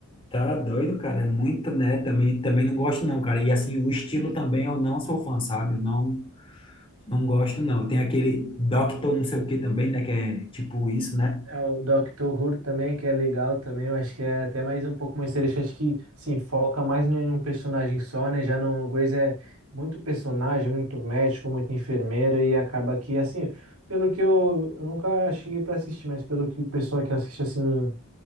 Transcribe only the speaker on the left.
Tá doido, cara. É muito, né? Também, também não gosto, não, cara. E assim, o estilo também eu não sou fã, sabe? Eu não, não gosto, não. Tem aquele Doctor não sei o que também, né? Que é tipo isso, né?